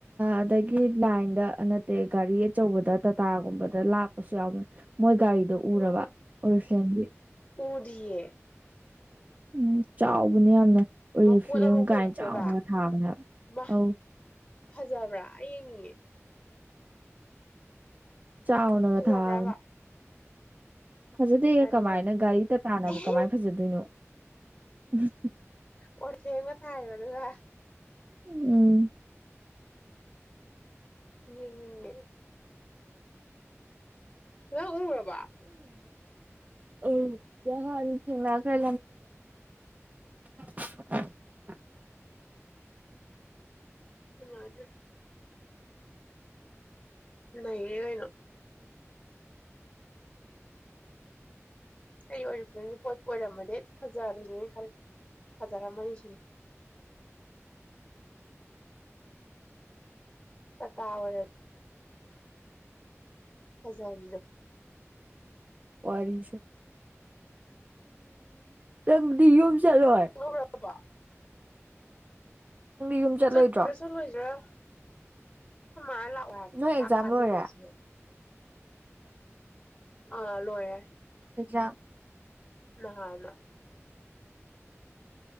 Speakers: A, on the right; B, on the left.
A: ꯑꯗꯒꯤ ꯂꯥꯏꯟꯗ ꯅꯠꯇꯦ ꯒꯥꯔꯤ ꯑꯆꯧꯕꯗ ꯇꯥꯇꯥꯒꯨꯝꯕꯗ ꯂꯥꯛꯄꯁꯨ ꯌꯥꯎꯕꯅꯤ ꯃꯣꯏ ꯒꯥꯔꯤꯗꯣ
B: ꯎꯝ
A: ꯎꯔꯕ ꯎꯔꯨꯁꯦꯝꯒꯤ
B: ꯎꯗꯤꯌꯦ
A: ꯎꯝ ꯆꯥꯎꯕꯅꯦ ꯌꯥꯝꯅ ꯑꯣꯂꯤꯞꯂꯝ
B: ꯃꯄꯣꯠ ꯑꯃ ꯄꯣꯠꯂꯛꯇꯣꯏꯕ
A: ꯍꯥꯌꯅꯥ ꯆꯥꯑꯣꯅꯥ ꯊꯕꯥꯅꯦ ꯍꯥꯏꯕꯥ
B: ꯃꯥ
A: ꯑꯣ
B: ꯐꯖꯕ꯭ꯔꯥ ꯑꯩ ꯌꯦꯡꯅꯤꯡꯧ
A: ꯆꯥꯎꯥꯅꯒ
B: ꯐꯖꯕ꯭ꯔꯕ
A: ꯊꯥꯕꯅꯦ ꯐꯖꯗꯦ
B: ꯒꯥꯔꯤꯗꯣ
A: ꯀꯃꯥꯏꯅ ꯒꯥꯔꯤ ꯇ ꯇꯥꯅꯕꯨ
B: ꯑꯦꯍꯦ
A: ꯀꯃꯥꯏꯅ ꯐꯖꯗꯣꯏꯅꯣ ꯎꯝ
B: ꯑꯣꯔꯁꯕ ꯊꯥꯏꯌꯦꯕ ꯑꯗꯨꯒꯅ
A: ꯎꯝ
B: ꯌꯦꯉ ꯍ ꯎꯔꯕꯑꯣ
A: ꯑ ꯅꯍꯥꯟ ꯊꯦꯡꯅꯒꯔꯦ ꯑ
B: ꯁꯅꯗ꯭ꯔꯦ ꯅꯩꯔꯦ ꯀꯩꯅꯣ ꯑꯩ ꯑꯣꯏꯔꯤꯕ ꯐꯤꯂꯝꯒꯤ ꯄꯣꯠꯄꯨ ꯑꯣꯏꯔꯝꯃꯗꯤ ꯐꯖꯔꯤꯅꯦ ꯈꯜꯂꯤ ꯐꯖꯔꯝꯃꯅꯤ ꯁꯤꯅꯤ ꯑ ꯑꯋꯥ ꯇꯥꯖꯕꯤꯗꯣ
A: ꯋꯥꯔꯤꯁꯦ ꯅꯪꯗꯤ ꯌꯨꯝꯕ ꯆꯂꯣꯏ
B: ꯂꯧꯔꯕꯣ
A: ꯌꯨꯝ ꯆꯠꯂꯣꯏꯗ꯭ꯔꯣ
B: ꯆꯠꯄ꯭ꯔꯥ ꯆꯠꯂꯣꯏꯗ꯭ꯔꯥ ꯃꯅꯥ ꯂꯥꯛꯑꯣ ꯍꯥꯏꯕꯅꯤ
A: ꯅꯣꯏ
B: ꯆꯥꯛ
A: ꯑꯦꯛꯖꯥꯝ
B: ꯆꯥꯃꯤꯟꯅꯁꯦ
A: ꯂꯣꯏꯔꯦ
B: ꯑꯥ ꯂꯣꯏꯔꯦ
A: ꯆꯥꯎ
B: ꯂꯣꯏꯔꯦ